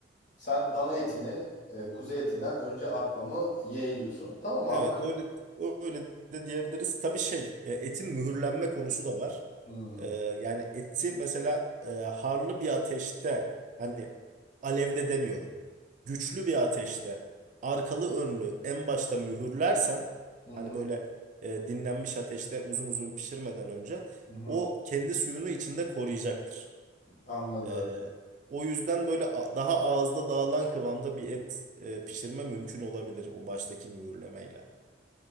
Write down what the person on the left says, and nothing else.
Sen dana etini e, kuzu etinden önce atmamı yeğliyorsun. Tamam
abi.
Hmm.
Hı hı,
hı hı.
Anladım.